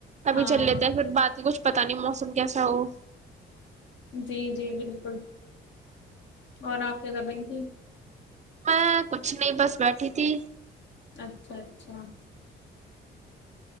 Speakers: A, on the right; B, on the left.
A: کبھی
B: ہاں
A: چل لیتے ہیں پھر باقی کچھ پتا نہیں موسم کیسا وہ
B: جی جی بالکل اور آپ کیا کرمیں تھی
A: میں کچھ نہیں بس بیٹھی تھی
B: اچھا اچھا